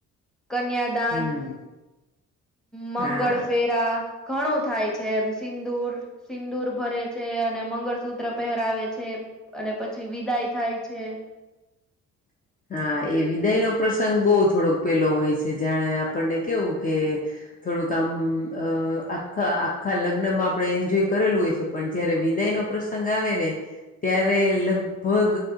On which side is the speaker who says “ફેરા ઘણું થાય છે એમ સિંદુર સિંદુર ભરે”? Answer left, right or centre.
Centre